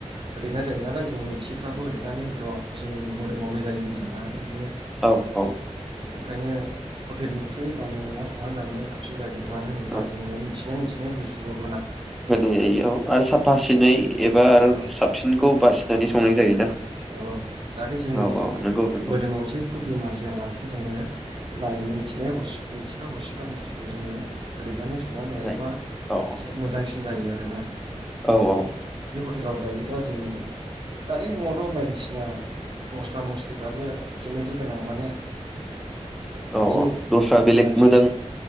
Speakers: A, on the right; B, in the centre.
A: होदेरनाय जायो नालाय जों मिथियैफ्राबो होदेरनानै होथ जोंनि मोदोमाव मिलायैबो जानो हागौ बिदिनो।
B: औ औ।
A: ओंखायनो हटेलनिख्रुइ गावनि नआव संनानै जानाया साबसिन जायो। मानो होनोबा
B: औ
A: जोङो मिथिनाय मिथिनाय मिथिनाय बुस्थुफोरखौ
B: होनाय आरो साफा सिनै एबा आरो
A: औ
B: साबसिनखौ बासिनानै संनाय जायोना।
A: औ जाहाथे जोंनि
B: औ
A: जि
B: औ नंगौ नंगौ
A: मोदोमाव जेबो बेमार जायालासे जोङो। नायै मिथिनाय मिथिखा हरसिखा बुस्थुखौ जोङो होदेरनानै संनानै जायोबा
B: जायो औ
A: एसे मोजांसिन जायो आरो। बेनो
B: औ औ।
A: हटेलाव जायोबा जोंनि दानि नुनायावथ बायदिसिना मस्ला मस्लिफ्राबो केमिकेल गोनां माने
B: औ
A: बिदि
B: औ दस्रा बेलेग
A: गोनांथि
B: मोजां